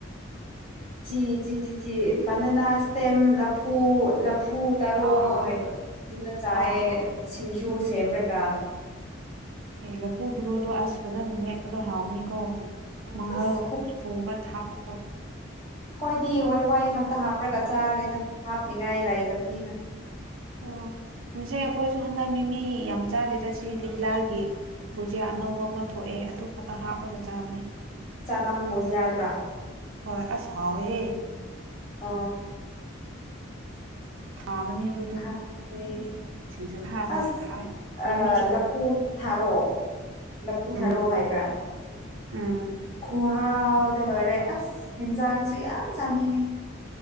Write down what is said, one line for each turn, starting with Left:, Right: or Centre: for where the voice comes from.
Left: ꯆ ꯆꯤ ꯆꯤꯆꯦ ꯕꯟꯗꯅꯥ ꯁꯇꯦꯝ ꯂꯐꯨ ꯍꯐꯨ ꯇꯔꯣꯛ
Right: ꯑꯥ ꯑꯥ
Left: ꯍꯥꯏꯕ
Right: ꯑꯥ
Left: ꯑꯗꯨꯗ ꯆꯥꯏ
Right: ꯑꯥ ꯑꯥ ꯑꯥ
Left: ꯁꯤꯡꯖꯨ ꯁꯦꯝꯃꯒ
Right: ꯑꯦ ꯂꯐꯨ ꯊꯨꯔꯨꯗꯣ ꯑꯁ ꯐꯖꯅ ꯃꯦꯠꯄꯗꯣ ꯍꯥꯎꯕꯅꯤꯀꯣ ꯃꯪꯒꯜ
Left: ꯑꯁ
Right: ꯁꯨꯕ ꯊꯥꯄ ꯑ
Left: ꯍꯣꯏꯗꯤ ꯋꯥꯏ ꯋꯥꯏ ꯈꯛꯇ ꯍꯥꯞꯄ꯭ꯔꯒ ꯆꯥꯔꯦꯗ ꯍꯥꯞꯅꯤꯡꯉꯥꯏ ꯂꯩꯇꯕꯅꯤꯅ
Right: ꯑꯣ ꯁꯤꯁ ꯑꯩꯈꯣꯏꯁꯨ ꯍꯟꯗꯛ ꯃꯤꯃꯤ ꯌꯥꯝ ꯆꯥꯗꯦ ꯇꯁꯤ ꯂꯤꯛꯂꯥꯒꯤ ꯕꯨꯖꯤꯌꯥ ꯑꯅꯧꯕ ꯑꯃ ꯊꯣꯛꯑꯦ ꯑꯗꯨ ꯈꯛꯇ ꯍꯥꯞꯂꯒ ꯆꯥꯕꯅꯦ
Left: ꯆꯅꯝꯕꯨ ꯌꯥꯗ꯭ꯔꯥ
Right: ꯍꯣꯏ ꯑꯁ ꯍꯥꯎꯋꯦꯦ
Left: ꯑ
Right: ꯊꯥꯕꯅꯦ ꯑꯗꯨꯗꯣ
Left: ꯈꯥꯔꯔꯦ
Right: ꯁꯤꯡꯖꯨ ꯍꯥꯕꯗꯤ
Left: ꯑꯁ
Right: ꯍꯥꯎꯋꯦ ꯃꯤꯃꯤ
Left: ꯂꯐꯨ ꯊꯥꯔꯣ ꯂꯐꯨ ꯊꯥꯔꯣ
Right: ꯎꯝ
Left: ꯍꯥꯏꯕ
Right: ꯎꯝ
Left: ꯈꯨꯍꯥꯎꯗꯣ ꯂꯣꯏꯔꯦ ꯑꯁ ꯍꯦꯟꯖꯥꯡꯁꯨ ꯌꯥꯝ ꯆꯥꯅꯤꯡꯉꯦ